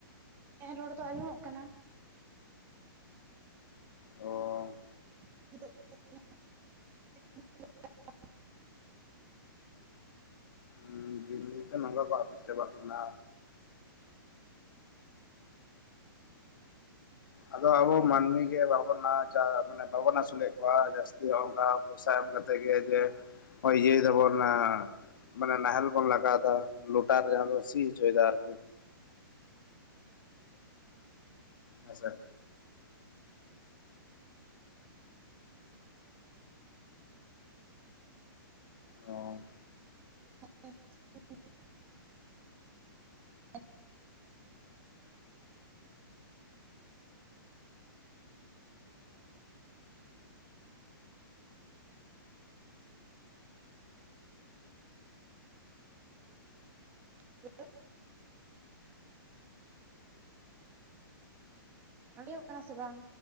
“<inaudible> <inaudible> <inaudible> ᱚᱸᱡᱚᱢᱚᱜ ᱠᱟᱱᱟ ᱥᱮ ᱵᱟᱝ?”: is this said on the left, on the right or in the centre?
Right